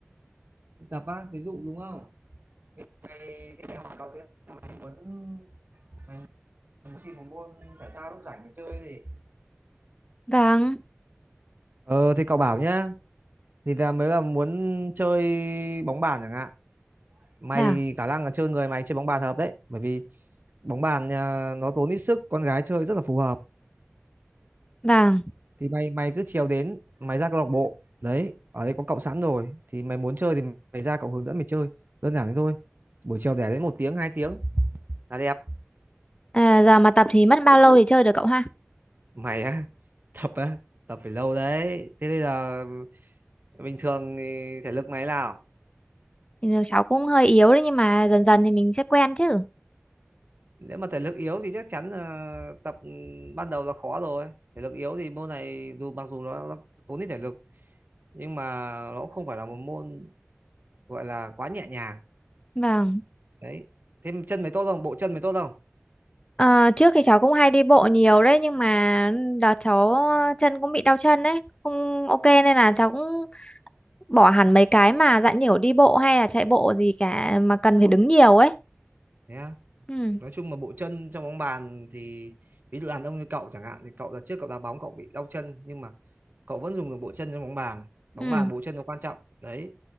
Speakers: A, on the right (about 50°); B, on the left (about 25°).
A: tập á ví dụ đúng không mày thế mày hỏi cậu thế mày muốn mày muốn tìm một môn thể thao lúc rảnh để chơi gì
B: Vâng,
A: Ờ thì cậu bảo nhá Thì là mới là muốn chơi bóng bàn chẳng hạn Mày
B: vâng,
A: khả năng là chơi người mày chơi bóng bàn hợp đấy Bởi vì bóng bàn à, nó tốn ít sức Con gái chơi rất là phù hợp
B: vâng.
A: thì mày mày cứ chiều đến mày ra câu lạc bộ đấy ở đây có cậu sẵn rồi thì mày muốn chơi thì mày ra cậu hướng dẫn mày chơi đơn giản thế thôi buổi chiều để đến một tiếng hai tiếng là đẹp
B: À, giờ mà tập thì mất bao lâu để chơi được cậu ha?
A: mày á <laughs> tập á tập phải lâu đấy thế bây giờ bình thường thì thể lực mày nào
B: Thì cháu cũng hơi yếu đấy nhưng mà dần dần thì mình sẽ quen chứ.
A: nếu mà thể lực yếu thì chắc chắn là tập ban đầu là khó rồi thể lực yếu thì môn này dù mặc dù nó, nó tốn ít thể lực nhưng mà nó cũng không phải là một môn gọi là quá nhẹ nhàng
B: Vâng.
A: đấy thế chân mày tốt không bộ chân mày tốt không
B: Ờ, trước thì cháu cũng hay đi bộ nhiều đấy nhưng mà đợt cháu chân cũng bị đau chân đấy. Không ok nên là cháu cũng bỏ hẳn mấy cái mà dạng nhiều đi bộ hay là chạy bộ gì cả mà cần phải đứng nhiều ấy.
A: Thế á?
B: Ừ,
A: nói chung mà bộ chân trong bóng bàn thì ví dụ đàn ông như cậu chẳng hạn thì cậu đợt trước cậu đá bóng cậu bị đau chân nhưng mà cậu vẫn dùng được bộ chân trong bóng bàn bóng
B: ừ.
A: bàn bộ chân nó quan trọng đấy